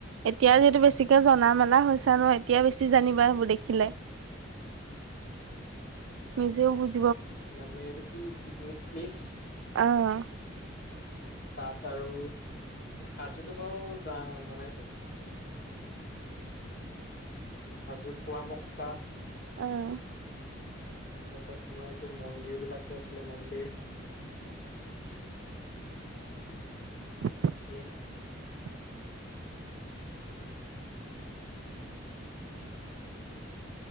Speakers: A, on the right; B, on the left.
A: এতিয়া যিহেতু বেছিকে জনা মেলা হৈছে ন এতিয়া বেছি জানিবা সেইবোৰ দেখিলে। নিজেও বুজ
B: নামেৰী এইটো কি পিকনিক প্লেছ?
A: আহ
B: তাত আৰু হাজোটো বাৰু জানায়ে চাগে। হাজো পুৱা মক্কা
A: অহ।
B: তাৰপিছত তোমাৰ এইটো মন্দিৰ বিলাক যে আছিলে মন্দিৰ।
A: উম। <inaudible>
B: এ
A: উম, উম।